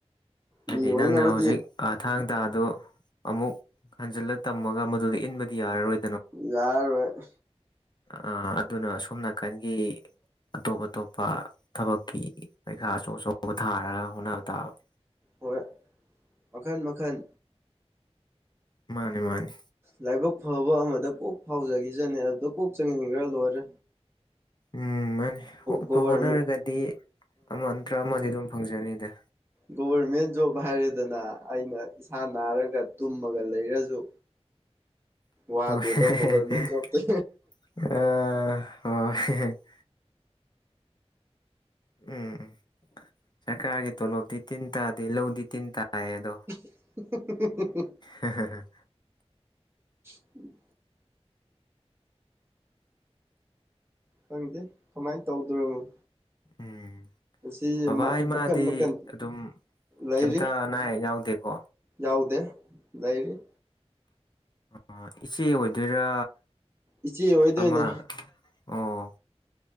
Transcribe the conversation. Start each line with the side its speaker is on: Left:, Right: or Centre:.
Right: ꯃꯤ
Left: ꯍꯥꯏꯗꯤ
Right: ꯑꯣꯏꯅꯕꯗꯤ
Left: ꯅꯪꯅ ꯍꯧꯖꯤꯛ ꯊꯥꯡ ꯇꯥꯗ ꯑꯃꯨꯛ ꯍꯟꯖꯤꯜꯂ ꯇꯝꯃꯒ ꯃꯗꯨꯗ ꯏꯟꯕꯗꯤ ꯌꯥꯔꯔꯣꯏ
Right: ꯌꯥꯔꯣꯏ
Left: ꯑ ꯑꯗꯨꯅ ꯁꯣꯝ ꯅꯥꯀꯟꯒꯤ ꯑꯇꯣꯞ ꯑꯇꯣꯞꯄ ꯊꯕꯛꯀꯤ ꯄꯔꯤꯈꯥ ꯑꯆꯧ ꯑꯆꯧꯕ ꯊꯥꯔꯒ ꯍꯣꯠꯅꯕ ꯇꯥꯕꯅꯤ
Right: ꯍꯣꯏ ꯃꯈꯜ ꯃꯈꯜ
Left: ꯃꯥꯅꯤ ꯃꯥꯅꯤ
Right: ꯂꯥꯏꯕꯛ ꯐꯕ ꯑꯃꯗ ꯀꯣꯛ ꯐꯥꯎꯖꯈꯤꯖꯅꯦ ꯑꯗꯨꯗ ꯀꯣꯛ ꯆꯪꯁꯤꯟꯈ꯭ꯔ ꯂꯣꯏꯔꯦ
Left: ꯎꯝ ꯃꯥꯅꯤꯠꯄ
Right: ꯒꯣꯚꯔꯃꯦꯟ
Left: ꯍꯣꯠꯅꯔꯒꯗꯤ ꯑꯃ ꯅꯠꯇ꯭ꯔ ꯑꯃꯗꯤ ꯑꯗꯨꯝ ꯐꯪꯖꯅꯤꯗ
Right: ꯒꯣꯚꯔꯃꯦꯟ ꯖꯣꯕ ꯍꯥꯏꯔꯗꯅ ꯑꯩꯅ ꯏꯁꯥ ꯅꯥꯔꯒ ꯇꯨꯝꯃꯒ ꯂꯩꯔꯁꯨ
Left: <unintelligible>
Right: ꯋꯥꯗꯦꯗꯣ
Left: ꯍ
Right: ꯒꯣꯚꯔꯃꯦꯟ ꯖꯣꯕꯇꯤ
Left: ꯑ ꯍꯣꯏ ꯎꯝ ꯎꯝ ꯁꯔꯀꯥꯔꯒꯤ ꯇꯣꯂꯣꯞꯇꯤ ꯇꯤꯟ ꯇꯥꯗꯦ ꯂꯧꯗꯤ ꯇꯤꯟ ꯇꯥꯏꯌꯦ ꯑꯗꯣ
Right: <unintelligible>
Left: ꯍ
Right: ꯎꯝ ꯈꯪꯗꯦ ꯀꯃꯥꯏꯅ ꯇꯧꯗꯣꯔꯤꯕꯅꯣ
Left: ꯎꯝ
Right: ꯁꯤꯁꯦ
Left: ꯕꯥ ꯏ ꯃꯥꯗꯤ
Right: ꯃꯈꯟ ꯃꯈꯟ
Left: ꯑꯗꯨꯝ
Right: ꯂꯩꯔꯤ
Left: ꯀꯩꯝꯇ ꯅꯥ ꯌꯥꯎꯗꯦꯀꯣ
Right: ꯌꯥꯎꯗꯦ ꯂꯩꯔꯤ
Left: ꯑꯣ ꯏꯆꯦ ꯑꯣꯏꯗꯣꯏꯔꯥ
Right: ꯏꯆꯦ ꯑꯣꯏꯗꯣꯏꯅꯦ
Left: ꯑꯃ ꯑꯣ